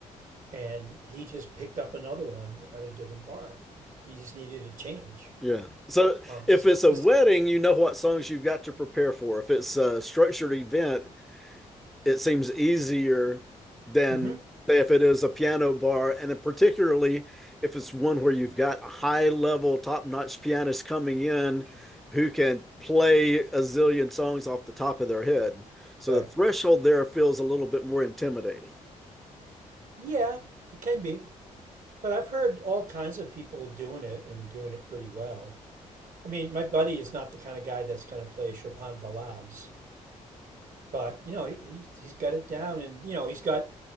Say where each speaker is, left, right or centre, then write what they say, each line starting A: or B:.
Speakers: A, on the right; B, in the centre.
A: and he just picked up another one at a different bar. He just needed a change.
B: Yeah. So
A: Um,
B: if
A: this
B: it's a
A: this
B: wedding, you know what songs you've got to prepare for. If it's a structured event, it seems easier than
A: mm-hmm,
B: say if it is a piano bar, and particularly if it's one where you've got a high level, top notch pianist coming in who can play a zillion songs off the top of their head. So
A: right,
B: the threshold there feels a little bit more intimidating.
A: yeah, it can be. But I've heard all kinds of people doing it and doing it pretty well I mean, my buddy is not the kind of guy that's going to play Chopin ballades, but you know, he he's got it down, and you know, he's got